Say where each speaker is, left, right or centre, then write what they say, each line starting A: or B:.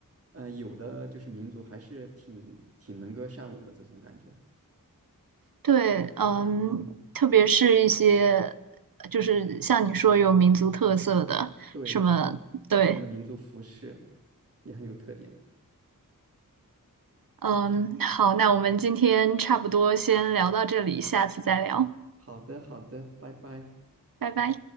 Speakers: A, on the right; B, on the right.
A: 呃，有的就是民族还是挺挺能歌善舞的这种感觉。
B: 对，嗯，
A: 嗯，
B: 特别是一些就是像你说有民族特色的什么，
A: 对，
B: 对，
A: 他们的民族服饰也很有特点。
B: 嗯，好，那我们今天差不多先聊到这里，下次再聊，
A: 好的，好的，拜拜。
B: 拜拜。